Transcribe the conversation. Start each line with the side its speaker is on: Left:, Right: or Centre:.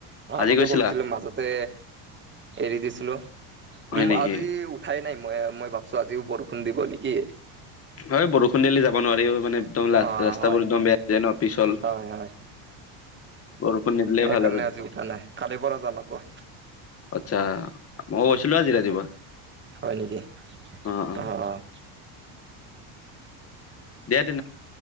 Right: আগতে
Left: আজি গৈছিলা
Right: কৰিছিলো মাজতে এৰি দিছিলো
Left: হয়
Right: ওম
Left: নেকি
Right: আজি উঠ ঠাই নাই মই মই ভাবছোঁ আজিও বৰষুণ দিব নেকি!
Left: হয়, বৰষুণ দিলে যাব নোৱাৰি ঐ মানে একদম ৰা
Right: অ
Left: ৰাস্তাবোৰ
Right: হয়
Left: একদম বেয়া হৈ যায় ন পিছল।
Right: হয় হয়
Left: বৰষুণ নিদিলে
Right: সেইকাৰণে
Left: ভাল আৰু।
Right: আজি উঠা নাই কালিৰ পৰা যাম আকৌ।
Left: আচ্ছা, মই গৈছিলো আজি ৰাতিপুৱা।
Right: হয় নেকি?
Left: অ অ
Right: অহ অহ।
Left: দিয়া তেনে